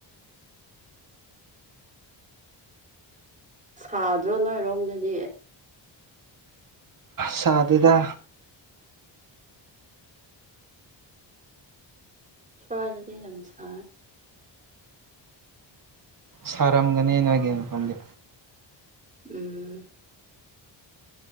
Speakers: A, on the right (about 15°); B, on the right (about 45°).
A: ꯁꯥꯗ꯭ꯔꯣ ꯅꯣꯏꯔꯣꯝꯗꯗꯤ
B: ꯁꯥꯗꯗ
A: ꯁ꯭ꯋꯥꯗꯗꯤ ꯀꯁ
B: ꯁꯥꯔꯝꯒꯅꯦꯅꯒꯤꯡ ꯃꯐꯝꯗꯤ
A: ꯎꯝ